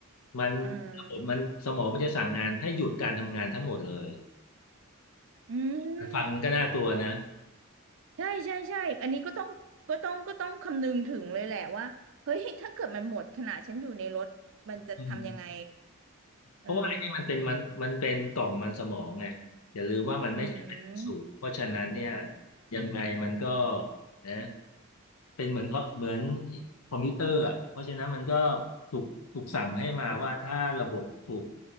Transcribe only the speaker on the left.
มันระบบมันสมองมันจะสั่งงานให้หยุดการทำงานทั้งหมดเลย
ฟังก็น่ากลัวนะ
อืมเพราะว่าไอ้นี่มันเป็นมันมันเป็นกล่องมันสมองไงอย่าลืมว่ามันไม่ใช่เป็นสูบเพราะฉะนั้นเนี่ย
ยังไงมันก็นะเป็นเหมือนเขาเหมือนคอมพิวเตอร์อ่ะเพราะฉะนั้นมันก็ถูกถูกสั่งให้มาว่าถ้าระบบถูก